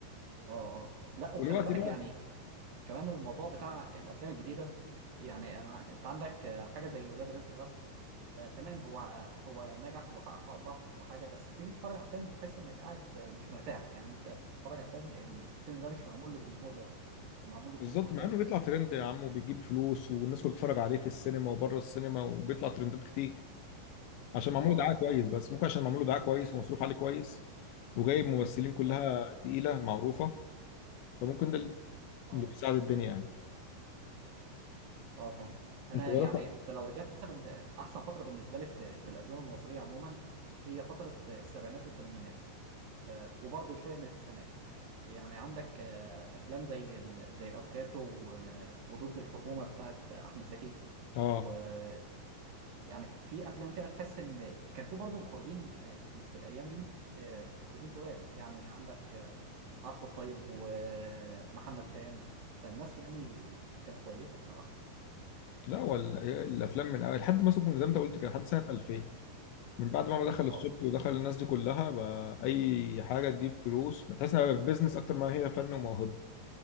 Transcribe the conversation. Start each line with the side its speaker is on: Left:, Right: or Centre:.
Right: اه آه. لا وخلي
Left: دلوقتي
Right: بالك
Left: بقى
Right: يعني كمان الموضوع بتاع الافلام الجديده يعني انا انت عندك آه، حاجه زي ولاد رزق ده آه تمام هو هو نجح وحقق ارباح وحاجه بس تيجي تتفرج على الفيلم تحس انك قاعد آه، مش مرتاح يعني انت بتتفرج على فيلم الفيلم ده مش معمول للجمهور ده هو معمول
Left: بالظبط
Right: لجمهور تاني
Left: مع انه
Right: مش
Left: بيطلع ترند يا عم وبيجيب فلوس والناس كلها بتتفرج عليه في السينما وبره السينما وبيطلع ترندات كتير عشان معمول
Right: اه
Left: دعايه
Right: اه
Left: كويس بس ممكن عشان معمول دعايه كويس ومصروف عليه كويس وجايب ممثلين كلها
Right: اه
Left: تقيله معروفه فممكن ده
Right: اه
Left: اللي بيساعد الدنيا يعني
Right: اه فاهم انا
Left: انت جربت
Right: يعني انت لو رجعت مثلا احسن فتره بالنسبه لي في في الافلام المصريه عموما هي فتره السبعينات والثمانينات آه، وبرضه شويه من التسعينات يعني عندك آه، افلام زي ال- زي الافوكاتو و- وضد الحكومه بتاعت احمد زكي
Left: اه
Right: ويعني في افلام كده تحس ان كان في برضه مخرجين آه، في الايام دي آه، مخرجين تقال يعني عندك آه، عاطف الطيب ومحمد خان فالناس يعني كانت كويسه بصراحه
Left: لا هو ال- الافلام من أول لحد ما سبكم زي ما انت قلت كده لحد سنه 2000 من بعد ما دخل
Right: اه
Left: السبكي ودخل الناس دي كلها بقى اي حاجه تجيب فلوس بتحس انها بيزنس اكتر ما هي فن وموهبه